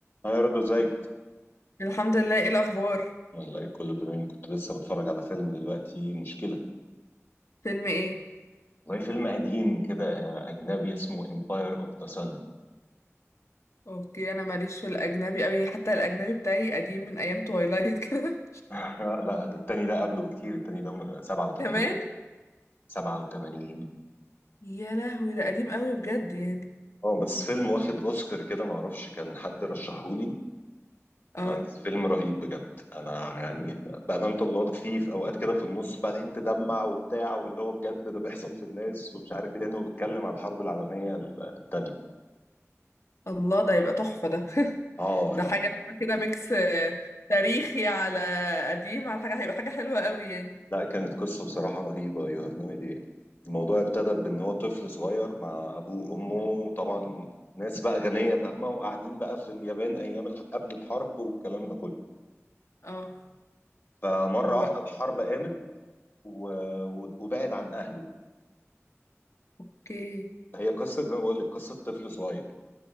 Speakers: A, on the left; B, on the left.
A: أنا رضا ازيك
B: الحمد لله ايه الاخبار
A: والله كله تمام كنت لسه بتفرج على فيلم دلوقتي مشكلة
B: فيلم ايه
A: والله فيلم قديم كده آه، أجنبي اسمه Empire of the Sun
B: اوكي انا ماليش في الاجنبي قوي يعني حتى الاجنبي بتاعي قديم من ايام توايلايت كده
A: لا لا، ده التاني ده قبله بكتير التاني ده 87
B: <laughs> كمان
A: 87
B: يا لهوي ده قديم قوي بجد يعني
A: اه بس فيلم واخد أوسكار كده معرفش كان حد رشحهولي
B: اه
A: بس فيلم رهيب بجد أنا يعني بأمانة الله فيه في أوقات كده في النص بقى انت تدمع وبتاع واللي هو بجد ده بيحصل في الناس ومش عارف ايه لأنه بيتكلم على الحرب العالمية التانية
B: الله ده يبقى تحفة ده <laughs>
A: اه
B: ده حاجة اللي هو كده ميكس آه، تاريخي على قديم على حاجة هيبقى حاجة حلوة قوي يعني
A: لا كانت قصة بصراحة رهيبة يو هاف نو ايديا الموضوع ابتدى بان هو طفل صغير مع ابوه وامه طبعا ناس بقى غنية فاهمة وقاعدين بقى في اليابان ايام الح- قبل الحرب والكلام ده كله
B: اه
A: فمرة
B: وبقى
A: واحدة الحرب قامت و... و- وبعد عن اهله
B: اوكي
A: هي قصة زي ما بقول لك قصة طفل صغير